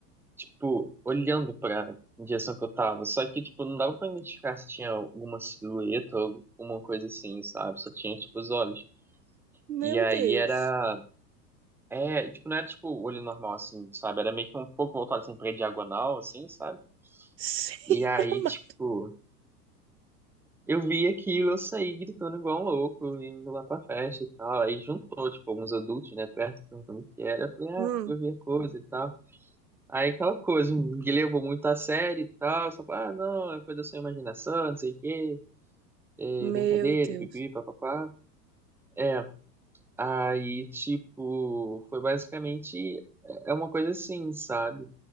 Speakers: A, in the centre; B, on the right.
A: Tipo, olhando pra direção que eu tava. Só que, tipo, não dava pra identificar se tinha alguma silhueta ou alguma coisa assim, sabe? Só tinha, tipo, os olhos.
B: Meu
A: E aí
B: Deus.
A: era. É, e, tipo, não era tipo olho normal, assim, sabe? Era meio que um pouco voltado assim pra diagonal, assim, sabe?
B: <laughs> Senhora
A: E aí,
B: amada.
A: tipo, eu vi aquilo, eu saí gritando igual um louco, indo lá pra festa e tal. Aí juntou, tipo, alguns adultos, né, perto, perguntando o que era. Eu falei,
B: Hum,
A: ah, porque eu vi a coisa e tal. Aí aquela coisa, ninguém levou muito a sério e tal. Só falou, ah, não, é coisa da sua imaginação, não sei o quê, é
B: meu
A: brincadeira,
B: Deus.
A: pipi, papapá. É, aí, tipo, foi basicamente. É é uma coisa assim, sabe?